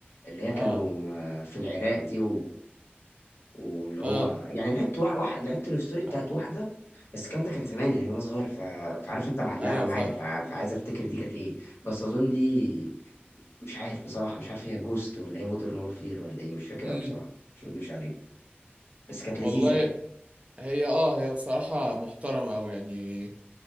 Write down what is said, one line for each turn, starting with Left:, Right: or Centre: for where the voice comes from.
Left: اللي هي كانوا
Right: اه
Left: آه، في العراق دي واللي هو
Right: اه
Left: يعني لعبت واحد, واحد لعبت الستوري بتاعت
Right: ع-
Left: واحده بس الكلام ده كان زمان يعني وانا صغير ف... فعارف انت معلقه
Right: ايوه
Left: معايا
Right: فاهم
Left: ف... فعايز افتكر دي كانت ايه بس اظن دي مش عارف بصراحه مش عارف هي جوست ولا هي مودرن وورفير ولا ايه مش فاكر
Right: امم
Left: قوي بصراحه مش مكدبش عليك بس كانت
Right: والله
Left: لذيذه يعني
Right: هي اه هي بصراحة محترمة أوي يعني